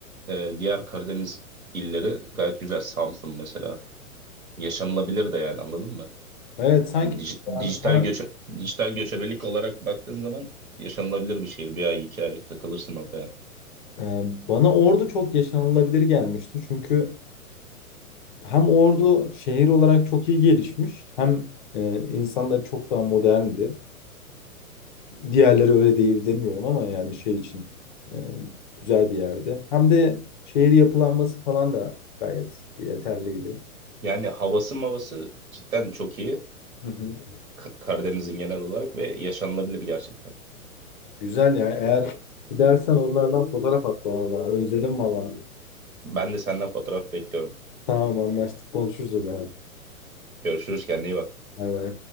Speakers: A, on the right; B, on the left.
A: e, diğer Karadeniz illeri gayet güzel. Samsun mesela yaşanılabilir de yani anladın mı?
B: Evet sanki
A: Hani dij-
B: yani
A: dijital
B: bana
A: göçe dijital göçebelik olarak baktığın zaman yaşanılabilir bir şehir. Bir ay, iki ay takılırsın orada yani.
B: Ee, Bana Ordu çok yaşanılabilir gelmişti. Çünkü hem Ordu şehir olarak çok iyi gelişmiş hem e, insanları çok daha moderndi. Diğerleri öyle değil demiyorum ama yani şey için e, güzel bir yerde. Hem de şehir yapılanması falan da gayet yeterliydi.
A: Yani havası mavası cidden çok iyi.
B: Hı hı.
A: K- Karadeniz'in genel olarak ve yaşanılabilir gerçekten.
B: Güzel ya. Eğer gidersen onlardan fotoğraf at bana da. Özledim valla.
A: Ben de senden fotoğraf bekliyorum.
B: Tamam anlaştık. Konuşuruz o zaman.
A: Görüşürüz kendine iyi bak.
B: Bay bay.